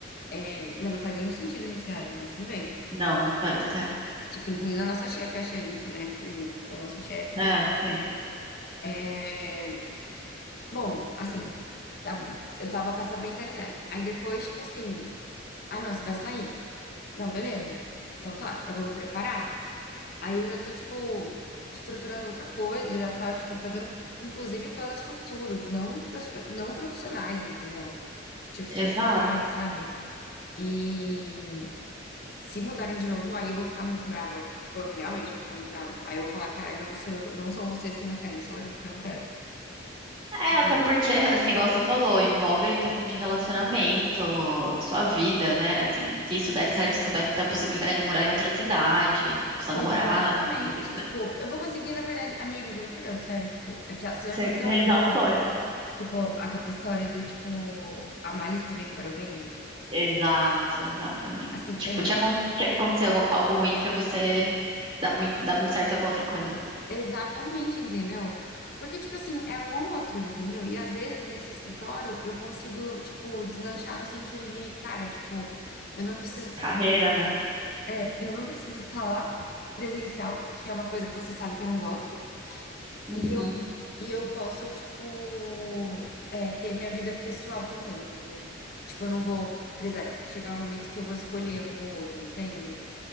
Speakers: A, on the left (about 50°); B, on the right (about 25°).
A: É, mas não faz nenhum sentido me tirarem, mas tudo bem.
B: Não, não faz. É,
A: Tipo, incluindo a nossa chefe acha isso, né? Enfim, o nosso chefe, mas.
B: é, sim.
A: É... Bom, assim, tá bom. Eu tava com essa mentalidade. Aí depois, tipo assim, ah, não, você vai sair. Não, beleza. Então tá, eu vou me preparar. Aí eu já tô, tipo, estruturando outra coisa, já tá, tipo, fazendo, inclusive, planos futuros, não, profi- não profissionais, entendeu? Tipo,
B: Exato.
A: pessoais, sabe? E se mudarem de novo, aí eu vou ficar muito brava. Tipo, eu realmente vou ficar muito brava. Aí eu vou falar, cara, não sou eu, não são vocês que não querem, sou eu que não quero.
B: É,
A: Tipo,
B: até porque, assim, igual você falou, envolve questão de relacionamento, sua vida, né? Assim, se isso der certo, você vai ter a possibilidade de morar em outra cidade, com seu
A: Exatamente,
B: namorado, se você quiser.
A: tipo, eu vou conseguir, na verdade, amiga, juro por Deus, sério, tipo, aquela, você já
B: Você
A: aconteceu
B: realizar
A: aquela história,
B: um sonho.
A: tipo, aquela história do, tipo, a malice que vem para o bem?
B: Exato, exatamente.
A: Assim,
B: Tipo,
A: eu não
B: tinha, acon- tinha que acontecer algo, algo ruim pra você dar muito, dar muito certo em alguma outra coisa.
A: Exatamente, entendeu? Porque, tipo assim, é um ou outro, entendeu? E às vezes nesse escritório eu consigo, tipo, deslanchar no sentido de, cara, tipo, eu não preciso estar
B: Carreira,
A: lá,
B: né?
A: é, eu não preciso estar lá presencial, que é uma coisa que você sabe que eu não gosto,
B: Uhum,
A: e eu, e eu posso, tipo, é, ter minha vida pessoal também, entendeu? Tipo, eu não vou precisar chegar um momento que eu vou escolher um ou outro, entende?